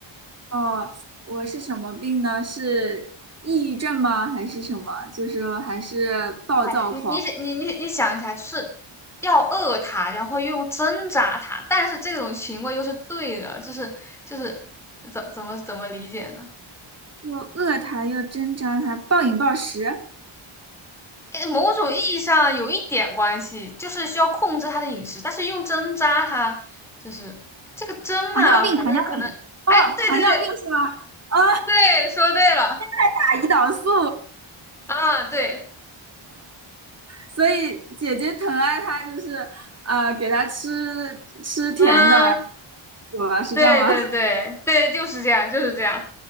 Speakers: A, on the right; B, in the centre.
A: 哦，我是什么病呢？是抑郁症吗？还是什么？就是说还是暴躁狂，
B: 哎，你你想你你你想一下，就是要饿它，然后用针扎它，但是这种行为又是对的，就是就是怎怎么怎么理解呢？
A: 又饿他，又挣扎他，暴饮暴食，
B: 诶某种意义上有一点关系，就是需要控制它的饮食，但是用针扎它，就是这个针嘛，
A: 糖尿病，
B: 反正可能，
A: 糖尿病，哦，
B: 哎，对对对
A: 糖尿病是吗？哦，
B: 对，说对了
A: 打胰岛素。
B: 啊，对，
A: 所以姐姐疼爱他，就是呃，给他吃吃甜的，
B: 嗯，
A: 我是这样吗？
B: 对对对对，
A: <laughs>
B: 就是这样，就是这样，